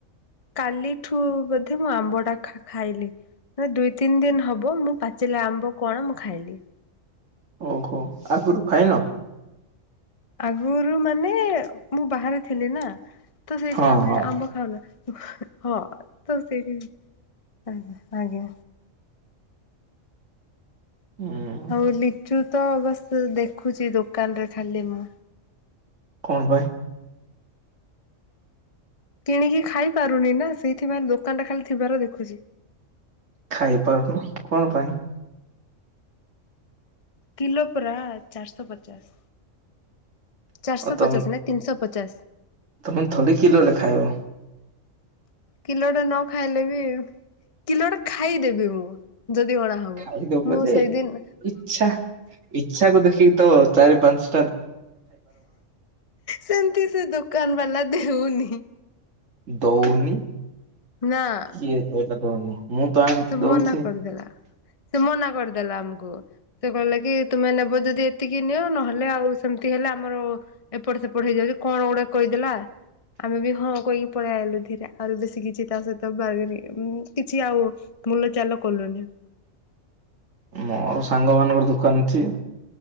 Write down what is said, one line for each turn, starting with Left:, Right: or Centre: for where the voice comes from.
Left: କାଲିଠୁ ବୋଧେ ମୁଁ ଆମ୍ବ ଟା ଖା-ଖାଇଲି। ଦୁଇ ତିନ୍ ଦିନ୍ ହବ ମୁଁ ପାଚିଲା ଆମ୍ବ କଣ ମୁଁ ଖାଇଲି।
Right: ଓହୋ ଆଗରୁ ଖାଇନ?
Left: ଆଗୁରୁ ମାନେ ମୁଁ ବାହାରେ ଥିଲି ନା ତ ସେଇଠି
Right: ହଁ
Left: ଆମେ
Right: ହଁ
Left: ଆମ୍ବ ଖାଉନା। ହଁ ତ ସେଇଠି ଆଜ୍ଞା ଆଜ୍ଞା।
Right: ହୁଁ
Left: ଆଉ ଲିଚୁ ତ ବାସ୍ ଦେଖୁଛି ଦୋକାନରେ ଖାଲି ମୁଁ
Right: କଣ ପାଇଁ?
Left: କିଣିକି ଖାଇ ପାରୁନି ନା, ସେଇଥିପାଇଁ ଦୋକାନ ଟା ଖାଲି ଥିବାର ଦେଖୁଛି।
Right: ଖାଇପାରୁନୁ କଣ ପାଇଁ?
Left: କିଲୋ ପରା ଚାରିଶହ ପଚାଶ। ଚାରିଶ
Right: ଆଉ ତମ
Left: ପଚାଶ ନାଇଁ ତିନିଶ ପଚାଶ।
Right: ତମେ ଥଡ଼ି କିଲୋଲେ ଖାଇବ।
Left: କିଲୋଟେ ନ ଖାଇଲେ ବି, କିଲୋଟେ ଖାଇଦେବି ମୁଁ ଯଦି ଅଣା ହବ।
Right: ଖାଇଦବ
Left: ମୁଁ
Right: ଯେ
Left: ସେଇଦିନ୍
Right: ଇଚ୍ଛା ଇଚ୍ଛାକୁ ଦେଖିକି ତ ଚାରି ପାଞ୍ଚ
Left: ସେମତି ସେ ଦୋକାନ୍ ବାଲା ଦେଉନି।
Right: ଦଉନି?
Left: ନାଁ।
Right: କିଏ କହିଲା ଦଉନି ମୁଁ ତ ଆଣିକି
Left: ସେ
Right: ଦଉଛି।
Left: ମନା କରିଦେଲା। ସେ ମନା କରିଦେଲା ଆମକୁ। ସେ କହିଲା କି ତୁମେ ନେବ ଯଦି ଏତିକି ନିଅ ନହେଲେ ଆଉ ସେମତି ହେଲେ ଆମର ଏପଟ ସେପଟ ହେଇଯାଉଛି, କଣ ଗୋଟେ କହିଦେଲା ଆମେ ବି ହଁ କହିକି ପଳେଇ ଆଇଲୁ ଧୀରେ। ଆଉରି ବେଶୀ କିଛି ତା ସହିତ <unintelligible> ଉଁ କିଛି ଆଉ ମୂଲ ଚାଲ କଲୁନି।
Right: ମୋର ସାଙ୍ଗମାନଙ୍କର ଦୋକାନ ଅଛି।